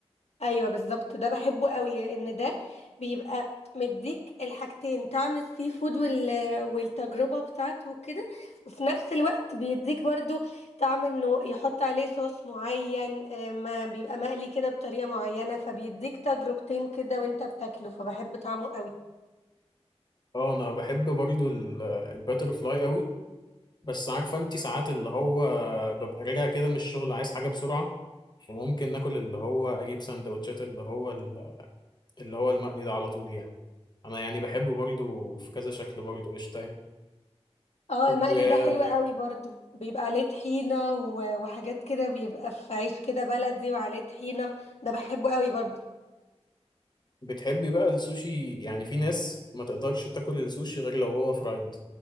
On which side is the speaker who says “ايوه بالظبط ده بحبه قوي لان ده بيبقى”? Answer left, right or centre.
Left